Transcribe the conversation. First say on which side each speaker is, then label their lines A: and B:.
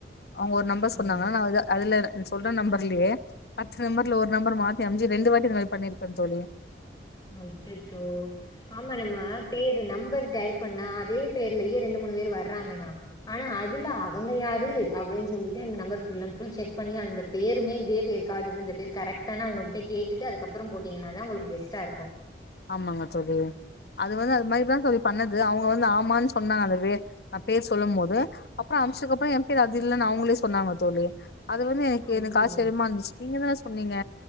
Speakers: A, on the left (about 65°); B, on the left (about 20°).
A: அவ்ங்க ஒரு நம்பர்
B: ம்.
A: சொன்னாங்கனா நா வந்து அதுல சொல்ற நம்பர்லயே பத்து நம்பர்ல ஒரு நம்பர மாத்தி அம்ச்சு ரெண்டு வாட்டி இந்த மாரி பண்ணிருக்க தோழி
B: அச்சச்சோ ஆமா நம்ம பேரு நம்பர் டைப் பண்ணா அதே பேர்லயே ரெண்டு மூணு பேர் வர்றாங்கனா ஆனா அதுல அவங்க யாரு அப்டின் சொல்லிட்டு அந்த number full and full check பண்ணி அந்த பேருமே இதே பேர் காட்டுது இந்த பேர் கரெக்ட்டானு அவ்ங்ககிட்ட கேட்டுட்டு அதுக்கப்பறம் போட்டீங்கன்னா தா உங்கள்க்கு பெஸ்ட்டா இருக் கு
A: ஆமாங்க தோழி அது வந்து அது மாரிதா தோழி பண்ணது அவ்ங்க வந்து ஆமான் சொன்னாலுமே நா பேர் சொல்லம்மோது அப்றோ அம்ச்சக்கப்றோ எம் பேர் அது இல்லன் அவுங்களே சொன்னாங்க தோழி அது வந்து எக்கு
B: ஐயயோ
A: எனக்கு ஆச்சரியமா இருந்துச்சு நீங்க தான சொன்னீங்க